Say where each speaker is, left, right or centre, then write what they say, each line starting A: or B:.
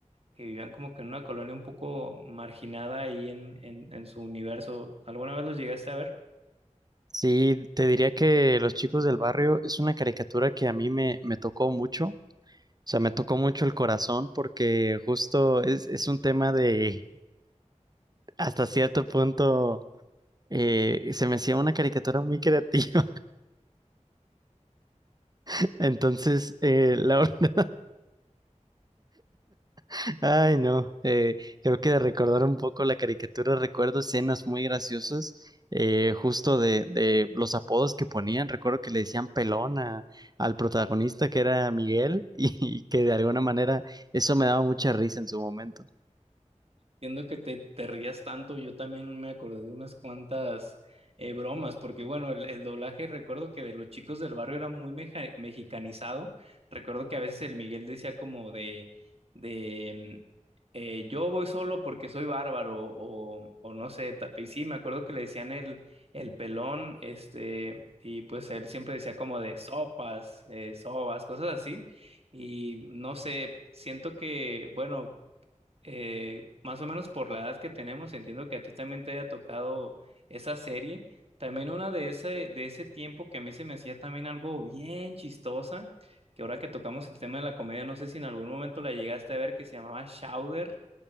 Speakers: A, on the right; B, on the right.
A: que vivían como que en una colonia un poco marginada ahí en, en, en su universo. ¿Alguna vez los llegaste a ver?
B: Sí, te diría que Los Chicos del Barrio es una caricatura que a mí me, me tocó mucho. O sea, me tocó mucho el corazón porque justo es, es un tema de hasta cierto punto eh, se me hacía una caricatura muy creativa. <laughs> Entonces, eh, la verdad- <laughs> ay no, eh, creo que de recordar un poco la caricatura recuerdo escenas muy graciosas, eh, justo de, de los apodos que ponían. Recuerdo que le decían pelón a- al protagonista que era Miguel <laughs> y, que de alguna manera eso me daba mucha risa en su momento.
A: Entiendo que te, te rías tanto, yo también me acordé de unas cuantas eh, bromas, porque bueno, el, el doblaje recuerdo que de los chicos del barrio era muy meja- mexicanizado, recuerdo que a veces el Miguel decía como de, de mm, eh, yo voy solo porque soy bárbaro o, o no sé, ta- y sí, me acuerdo que le decían el, el pelón, este, y pues él siempre decía como de sopas, eh, sobas, cosas así, y no sé, siento que, bueno eh, más o menos por la edad que tenemos, entiendo que a ti también te haya tocado esa serie. También una de ese, de ese tiempo que a mí se me hacía también algo bien chistosa, que ahora que tocamos el tema de la comedia, no sé si en algún momento la llegaste a ver, que se llamaba Chowder.